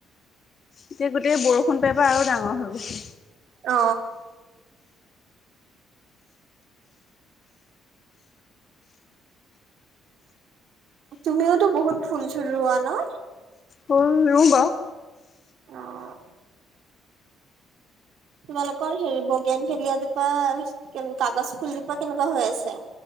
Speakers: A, on the left; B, on the right.
A: এতিয়া গোটেই বৰষুণ পাই পাই আৰু ডাঙৰ হৈ গৈছে
B: অ তুমিওতো বহুত ফুল চুল ৰোৱা ন
A: ফুল ৰো বাউ
B: অ'। তোমালোকৰ হেৰি বগেন ভেলিয়া জোপা কে কাগজ ফুলজোপা কেনেকুৱা হৈ আছে